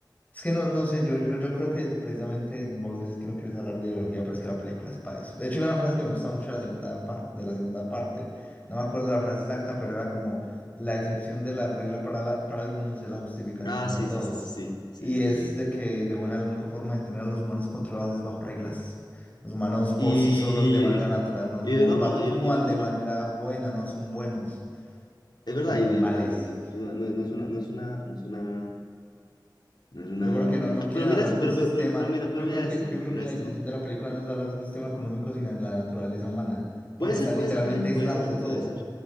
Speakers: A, on the left (about 20°); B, on the left (about 65°).
A: Es que no, no sé, yo, yo, yo creo que precisamente vos decís que no quieres hablar de ideología, pero es que la película es para eso. De hecho, hay una frase que me gusta mucho de la segunda parte, de la segunda parte, no me acuerdo la frase exacta, pero era como la excepción de la regla para, la- para algunos es la justificación
B: Ah,
A: para
B: sí,
A: todos.
B: sí, sí, sí, sí,
A: Y
B: sí,
A: es
B: sí. sí.
A: de que de buena la única forma de tener a los humanos controlados es bajo reglas. Los humanos por
B: Y,
A: sí solos de manera
B: y,
A: natural no, no,
B: y- no,
A: no
B: no,
A: actúan
B: y, y-
A: de
B: y
A: manera
B: ver-
A: buena, no son buenos,
B: es
A: somos
B: verdad, y,
A: animales.
B: y verdad, no, no, no, no- no es una, no es una, no es una, no es una.
A: Yo creo que no, no quieren
B: Pero mira
A: hablar
B: eso,
A: de
B: pero,
A: un sistema.
B: pero, pero, pero mira, pero
A: Yo
B: mira
A: creo
B: esto,
A: que, yo creo
B: mira
A: que la
B: esto.
A: intención de la película no es hablar de un sistema económico, sino de la naturaleza humana, porque
B: Puede ser,
A: están
B: puede
A: literalmente
B: ser también,
A: aislados
B: puede ser,
A: de todo,
B: puede ser.